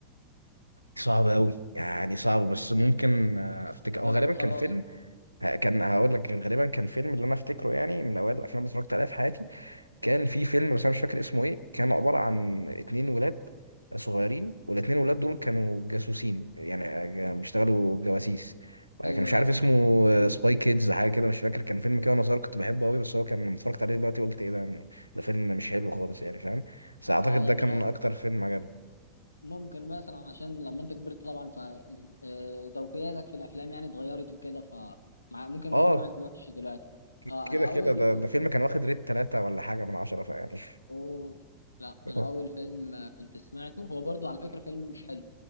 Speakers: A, on the right; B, on the left.
A: صعبة أوي يعني صعبة بس ممكن آه، أفتكر أو
B: طب
A: غالبا
B: خلاص
A: كان فيلم ه- كان هقول لك غالبا كان فيلم اللي أنا أفتكره يعني من أوائل الأفلام اللي اتفرجت عليها في حياتي كان في فيلم بس أنا مش فاكر اسمه إيه كان عبارة عن اتنين ولاد صغيرين والاتنين ولاد دول كانوا جاسوسين يعني آه، بيشتغلوا جواسيس آه،
B: ايوه
A: كان مش عارف
B: ايوه
A: اسمه سباي كيدز حاجة كده مش فاكر كان فيلم كده وأنا صغير كنت بحبه أوي بس هو كان لما اتفرجت عليه دلوقتي قلت إيه ده يعني ده فيلم مش حلو خالص يعني فاهم بس أعتقد
B: اه يعني
A: ده كان
B: غ...
A: أكتر فيلم عجبني
B: ممكن مثلا عشان لما انت كبرت طبعا فذوقياتك في الافلام يعني اتغيرت وكده فمع... ممكن
A: اه
B: يكون ما عجبكش دلوقتي
A: ك-
B: اه
A: كده
B: انا اول
A: كده ده ده فيلم كان واخد ريت ثلاثة ولا حاجة من عشرة فيعني
B: اوه لا
A: <laughs>
B: انا اول فيلم آه، كنت سمعته هو برضو على فكره فيلم مش حلو